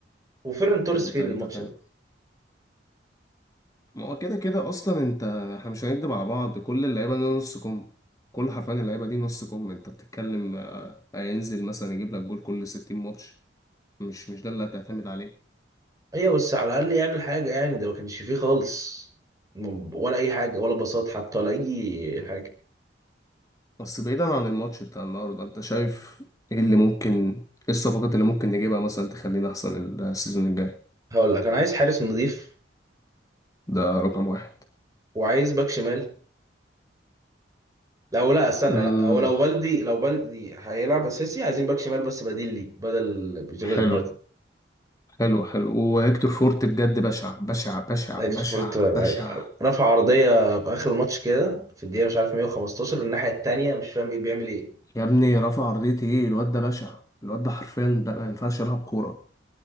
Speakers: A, on the right (about 20°); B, on the left (about 20°).
A: وفيرن توريس
B: انت انت
A: فين
B: انت
A: الماتش
B: فاهم
A: ده
B: ما هو كده كده اصلا انت احنا مش هنكدب على بعض كل اللعيبه دي نص كم كل حرفيا اللعيبه دي نص كم انت بتتكلم آه، هينزل مثلا يجيب لك جول كل 60 ماتش مش مش ده اللي هتعتمد عليه
A: ايوه بس على الاقل يعمل حاجه يعني ده ما كانش فيه خالص م- ولا اي حاجه ولا باصات حتى ولا اي حاجه
B: بس بعيدا عن الماتش بتاع النهارده انت شايف ايه اللي ممكن ايه الصفقات اللي ممكن نجيبها مثلا تخلينا احسن السيزون الجاي
A: هقول لك انا عايز حارس نظيف
B: ده
A: و-
B: رقم واحد
A: وعايز باك شمال لو لا استنى
B: امم
A: لا هو لو بلدي لو بلدي هيلعب اساسي عايزين باك شمال بس بديل ليه بدل جيرارد
B: حلو
A: مارتن
B: حلو حلو وهيكتور فورت بجد بشع بشع بشع
A: اكس
B: بشع
A: فورتون
B: بشع
A: أيوة. رفع عرضيه في اخر الماتش كده في الدقيقه مش عارف 115 الناحيه التانيه مش فاهم ايه بيعمل ايه
B: يا ابني رافع عرضية ايه الواد ده بشع الواد ده حرفيا ده ما ينفعش يلعب كورة